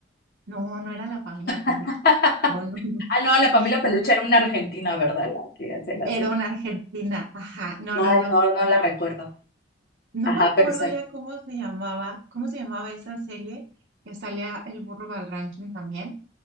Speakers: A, on the right; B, on the left.
A: No, no era la familia Peluche.
B: <laughs>
A: No, no, no.
B: Ah, no, la familia
A: no.
B: peluche era una argentina, ¿verdad? La que hacía la
A: Era
B: serie.
A: una argentina. Ajá, no,
B: Ay,
A: no, no.
B: no, no la recuerdo.
A: No
B: Ajá,
A: me acuerdo
B: pero sale.
A: ya cómo se llamaba, cómo se llamaba esa serie que salía el burro Valranking también.